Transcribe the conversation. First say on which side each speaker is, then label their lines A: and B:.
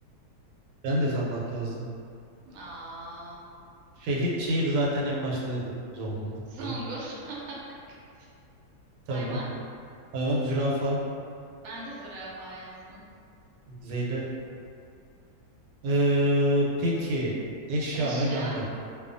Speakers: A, on the right; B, on the right.
A: Ben de zambak yazdım.
B: Aa,
A: Şehir, şehir zaten en başta dedim. Zonguldak diye.
B: Zonguldak. <laughs>
A: Tamam.
B: Hayvan.
A: Hayvan zürafa.
B: Ben de zürafa yazdım.
A: Zeyle. Ee, peki. Eşya
B: Eşya.
A: aynı anda.